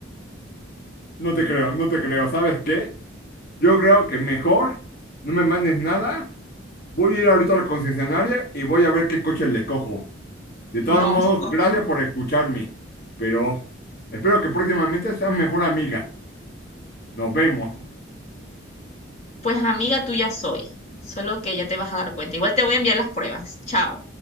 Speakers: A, on the left; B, on the left.
A: No te creo, no te creo. ¿Sabes qué? Yo creo que mejor no me mandes nada. Voy a ir ahorita a la concesionaria y voy a ver qué coche le cojo. De todos
B: No,
A: modos,
B: no,
A: gracias por escucharme. Pero espero que próximamente seas mejor amiga. Nos vemos.
B: pues amiga tuya soy. Solo que ya te vas a dar cuenta. Igual te voy a enviar las pruebas. Chao.